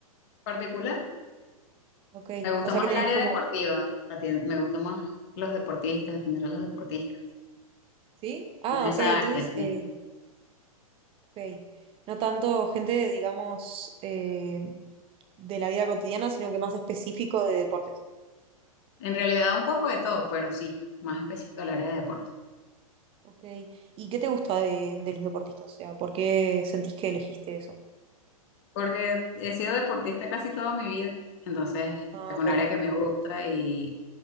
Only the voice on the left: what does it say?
particular,
me gusta
más
el área
deportiva. Atien- Me gusta más los deportistas, atender a los deportistas.
Más
esa
área, sí.
En realidad un poco de todo, pero sí, más específico el área de deportes.
porque he sido deportista casi toda mi vida, entonces
es
un área que me gusta y,